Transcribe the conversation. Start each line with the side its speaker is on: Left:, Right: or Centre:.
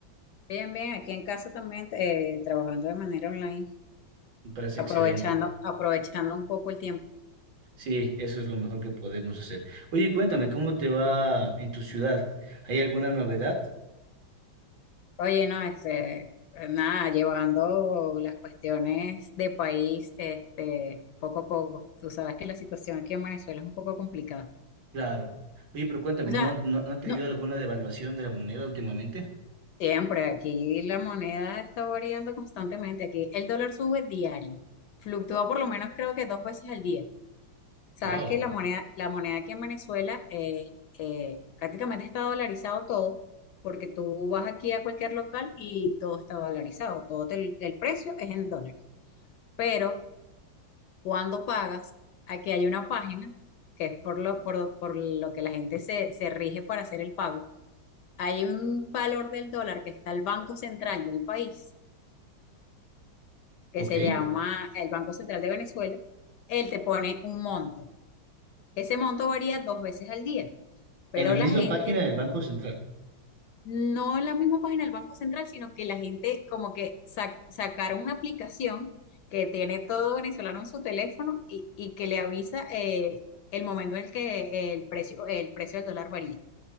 Left: Bien, bien, aquí en casa también eh, trabajando de manera online,
Right: Me parece
Left: aprovechando,
Right: excelente.
Left: aprovechando un poco el tiempo.
Right: Sí, eso es lo mejor que podemos hacer. Oye, cuéntame, ¿cómo te va en tu ciudad? ¿Hay alguna novedad?
Left: Oye, no, este, eh, nada, llevando las cuestiones de país, este, poco a poco. Tú sabes que la situación aquí en Venezuela es un poco complicada.
Right: Claro. Oye, pero cuéntame,
Left: O
Right: ¿no,
Left: sea,
Right: no, no ha tenido
Left: no,
Right: alguna devaluación de la moneda últimamente?
Left: siempre aquí la moneda está variando constantemente. Aquí el dólar sube diario, fluctúa por lo menos creo que dos veces al día. Sabes
Right: Wow.
Left: que la moneda, la moneda aquí en Venezuela eh, eh, prácticamente está dolarizado todo, porque tú vas aquí a cualquier local y todo está dolarizado, todo te- el precio es en dólares. Pero cuando pagas, aquí hay una página que es por lo, por, por lo que la gente se, se rige para hacer el pago. Hay un valor del dólar que está el Banco Central del país, que
Right: Ok.
Left: se llama el Banco Central de Venezuela. Él te pone un monto. Ese monto varía dos veces al día. pero
Right: en la
Left: la
Right: misma
Left: gente,
Right: página del Banco Central.
Left: no en la misma página del Banco Central, sino que la gente como que sa- sacaron una aplicación que tiene todo venezolano en su teléfono y, y que le avisa eh, el momento en el que el precio, el precio del dólar varía.